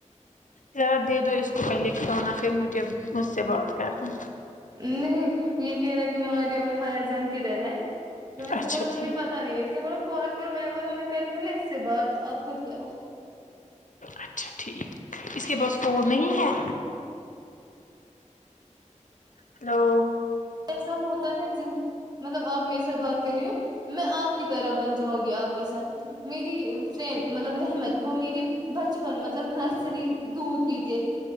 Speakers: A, on the left; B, on the right.
A: ذرا دے دو اس کو پہلے کھانا پھر مجھے مجھ سے بات کرنا
B: نہیں یہ کہہ رہے کے مایا اور ہایا جان کدر ہے تو میں اس
A: اچھا
B: نے کو بولا مجھے
A: ٹھیک
B: پتا نہیں ہے اس نے بولا کال کرو میں بولا میں کری ہوں نا اس سے بات اب خود کروں
A: اچھا ٹھیک اس کے پاس فون نہیں ہے ہیلو
B: ایسا ہوتا ہے جن مطلب آپ میرے سے بات کر رہی ہو میں آپ کی طرح بن جاؤں گی آپ کے ساتھ میری فرینڈ مطلب رحمت وہ میری بچپن مطلب نرسری دودھ پیتے